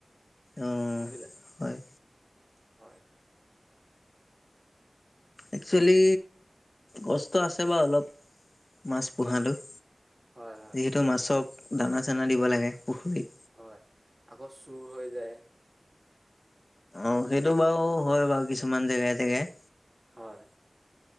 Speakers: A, on the left; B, on the right.
A: অ
B: বুজিলে?
A: হয়
B: হয়।
A: একচুৱেলি কষ্ট আছে বাৰু অলপ মাছ পোহাটো।
B: হয় হয়।
A: যিহেতু মাছক দানা চানা দিব লাগে পুখুৰীত।
B: হয়, আকৌ চুৰ হৈ যায়।
A: অঁ সেইটো বাৰু হয় বাৰু কিছুমান জেগাই জেগাই।
B: হয়।